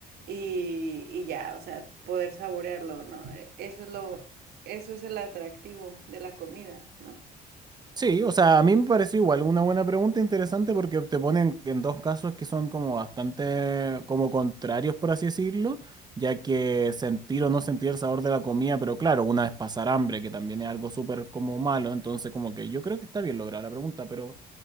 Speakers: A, on the right (about 70°); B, on the right (about 25°).
A: y, y ya, o sea, poder saborearlo, ¿no? E- Eso es lo, eso es el atractivo de la comida, ¿no?
B: Sí, o sea, a mí me pareció igual una buena pregunta interesante porque te ponen en dos casos que son como bastante como contrarios, por así decirlo, ya que sentir o no sentir el sabor de la comida, pero claro, una es pasar hambre, que también es algo súper como malo, entonces como que yo creo que está bien lograda la pregunta, pero,